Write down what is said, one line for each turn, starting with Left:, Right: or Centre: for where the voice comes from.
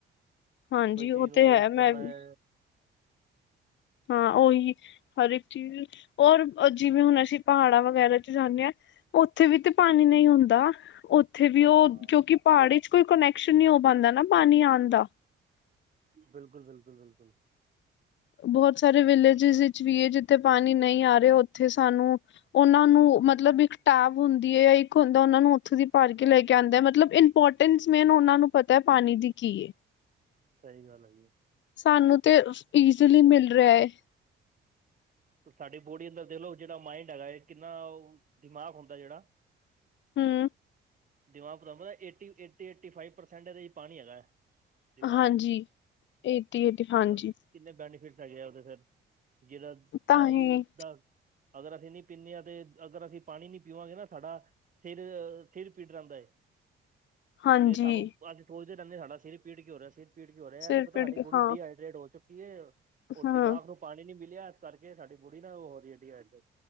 Left: ਹਾਂਜੀ
Right: ਕੋਈ ਚੀਜ਼
Left: ਉਹ
Right: ਨੂੰ
Left: ਤੇ
Right: ਵੋਸ਼
Left: ਹੈ ਮੈਂ
Right: ਕਰਨਾ
Left: ਵੀ
Right: ਐ
Left: ਹਾਂ ਉਹੀ ਹਰ ਇੱਕ ਚੀਜ਼ ਔਰ ਜਿਵੇਂ ਹੁਣ ਅਸੀਂ ਪਹਾੜਾਂ ਵਗੈਰਾ ਚ ਜਾਂਣੇ ਆਂ। ਉੱਥੇ ਵੀ ਤੇ ਪਾਣੀ ਨਹੀਂ ਹੁੰਦਾ ਉੱਥੇ ਵੀ
Right: ਹਾਂ
Left: ਉਹ ਕਿਉਂਕਿ ਪਹਾੜ ਚ ਕੋਈ ਕੁਨੈਕਸ਼ਨ ਨਈਂ ਹੋ ਪਾਂਦਾ ਨਾਂ ਪਾਣੀ ਆਣ ਦਾ।
Right: ਬਿਲਕੁਲ, ਬਿਲਕੁਲ, ਬਿਲਕੁਲ।
Left: ਬਹੁਤ ਸਾਰੇ ਵਿਲੇਜਿਸ ਵਿੱਚ ਵੀ ਜਿੱਥੇ ਪਾਣੀ ਨਈਂ ਆ ਰਿਹਾ, ਉੱਥੇ ਸਾਨੂੰ ਉਹਨਾ ਨੂੰ ਮਤਲਬ ਇੱਕ ਟੈਬ ਹੁੰਦੀ ਐ ਇੱਕ ਹੁੰਦਾ ਉਹਨਾਂ ਨੂੰ ਉੱਥੋਂ ਦੀ ਪਾਰਕਿੰਗ ਲੈ ਕੇ ਆਉਂਦੇ ਮਤਲਬ ਇੰਪੋਰਟ ਟਿੰਨਸਮੇਨ ਉਹਨਾਂ ਨੂੰ ਪਤਾ ਏ, ਪਾਣੀ ਦੀ ਕੀ ਏ?
Right: ਜੀ ਸਹੀ ਗੱਲ ਐ, ਜੀ।
Left: ਸਾਨੂੰ ਤੇ ਈਜ਼ਲੀ ਮਿਲ ਰਿਹਾ ਐ।
Right: ਸਾਡੀ ਬੋਡੀ ਅੰਦਰ ਦੇਖ ਲਓ ਜਿਹੜਾ ਮਾਈਂਡ ਹੈਗਾ ਇਹ ਕਿੰਨਾ ਦਿਮਾਗ ਹੁੰਦਾ ਜਿਹੜਾ
Left: ਹਂ
Right: ਦਿਮਾਗ ਪਤ ਏਟੀ, ਏਟੀ ਫਾਈਵ ਪਰਸੈਂਟ ਇਹਦਾ ਪਾਣੀ ਹੈਗਾ। ਦਿਮਾਗ
Left: ਹਾਂਜੀ,
Right: ਵਿੱਚ
Left: ਏਟੀ ਏਟੀ ਹਾਂਜੀ।
Right: ਔਰ ਕਿੰਨੇ ਬੈਨੀਫਿਟ ਹੈਗੇ ਆ ਉਹਦੇ ਫਿਰ ਜਿਹੜਾ ਪਾਣੀ
Left: ਤਾਂ ਹੀ
Right: ਦਾ ਅਗਰ ਅਸੀਂ ਨਹੀਂ ਪੀਂਣੇ ਆਂ ਤੇ ਅਗਰ ਅਸੀਂ ਪਾਣੀ ਨੀਂ ਪੀਵਾਂਗੇ ਨਾ ਸਾਡਾ ਫਿਰ, ਫਿਰ ਪੀਡ ਰੈਂਦਾ ਏ।
Left: ਹਾਂਜੀ
Right: ਤੇ ਸਾਨੂੰ ਅੱਜ ਸੋਚਦੇ ਰਹਿੰਦੇ ਸਿਰ ਪੀੜ ਕੀ ਹੋ ਰਿਹਾ ਸਿਰ ਪੀ ਕੀ ਹੋ ਰਿਹਾ
Left: ਸਿਰ
Right: ਇਹ ਨੀ ਪਤਾ
Left: ਪੀੜ
Right: ਸਾਡੀ
Left: ਕੇ
Right: ਬੋੜੀ
Left: ਹਾਂ
Right: <unintelligible> ਹੋ ਚੁੱਕੀ ਉਹ
Left: ਹਾਂ
Right: ਦਿਮਾਗ ਨੂੰ ਪਾਣੀ ਨੀਂ ਮਿਲਿਆ ਇਸ ਕਰਕੇ ਸਾਡੀ ਬੋੜੀ ਨਾ ਹੋਰੀ ਡਿਹਾਇਡਰੇਟ